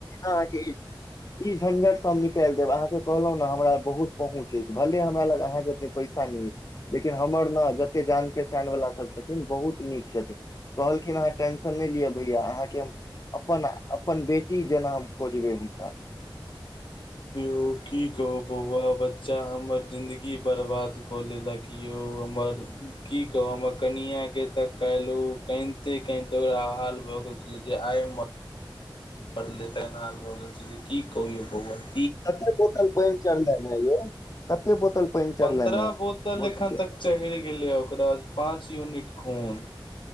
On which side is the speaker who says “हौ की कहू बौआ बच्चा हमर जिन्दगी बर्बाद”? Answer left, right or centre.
Left